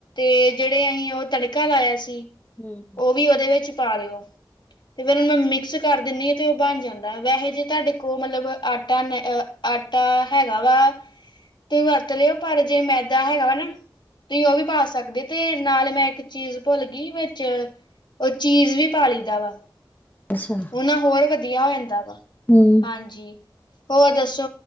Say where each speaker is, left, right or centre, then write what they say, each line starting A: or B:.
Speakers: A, on the left; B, on the left.
A: ਤੇ ਜਿਹੜੇ ਅਹੀ ਉਹ ਤੜਕਾ ਲਾਇਆ ਸੀ
B: ਹੂੰ।
A: ਉਹ ਵੀ ਉਹਦੇ ਵਿੱਚ ਪਾ ਲਿਓ, ਤੇ ਫਿਰ ਉਨੂ ਮੈਂ ਮਿਕਸ ਕਰ ਦਿੰਨੀ ਆ ਤੇ ਉਹ ਬਨ ਜਾਂਦ ਵੈਸੇ ਜੇ ਤੁਹਾਡੇ ਕੋਲ ਮਤਲਬ, ਆਟਾ ਨ ਆਟਾ ਹੈਗਾ ਵਾ ਤੇ ਵਰਤ ਲਿਓ ਪਰ ਜੇ ਮੈਦਾ ਹੈਗਾ ਵਾ ਨਾ, ਤੁਸੀਂ ਉਹ ਵੀ ਪਾ ਸਕਦੇ, ਤੇ ਨਾਲ ਮੈਂ ਇ ਚੀਜ਼ ਭੁੱਲ ਗੀ ਵਿੱਚ ਉਹ ਚੀਜ਼ ਵੀ ਪਾ ਲੀ ਦਾ ਵਾ,
B: ਅੱਛਾ।
A: ਉਹ ਨਾ ਹੋਰ ਵਧੀਆ ਹੋ ਜਾਂਨ
B: ਹੂੰ।
A: ਹਾਂਜੀ ਹੋਰ ਦੱਸੋ